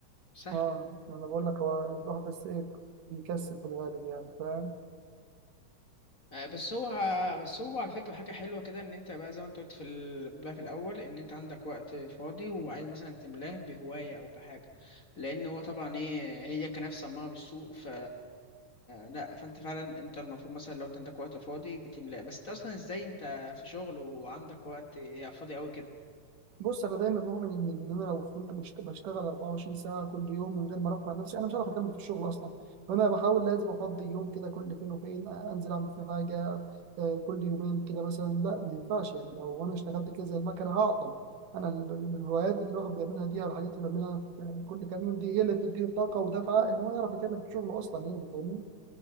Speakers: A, on the left; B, on the right.
A: سهلة
B: اه ما انا بقول لك هو الواحد بس ايه بيكسل في الغالب يعني فاهم
A: آه، بس هو بس هو على فكرة حاجة حلوة كده ان انت بقى زي ما انت قلت في ال... بقى في الاول ان انت عندك وقت فاضي وعايز مثلا تملاه بهواية او بحاجة لان هو طبعا ايه هي كناف سماعة بالسوق ف لا فانت فعلا انت المفروض مثلا لو انت عندك وقت فاضي بتملاه بس انت اصلا ازاي انت في شغل وعندك وقت فاضي قوي كده
B: بص انا دايما مؤمن ان إن انا لو فضلت بشت- بشتغل 24 ساعه كل يوم من غير ما ارفع نفسي انا مش هعرف اكمل في الشغل اصلا فانا بحاول لازم افضي يوم كده كل فين وفين آه، انزل اعمل في حاجه آه، كل يومين كده مثلا لا ما ينفعش يعني لو انا اشتغلت كده زي المكنه هعطل انا ال- ال- الهوايات اللي الواحد بيعملها دي او الحاجات اللي بيعملها في كل كام يوم دي هي اللي بتديله الطاقه ودفعه ان هو يعرف يكمل في شغله اصلا يعني فاهمني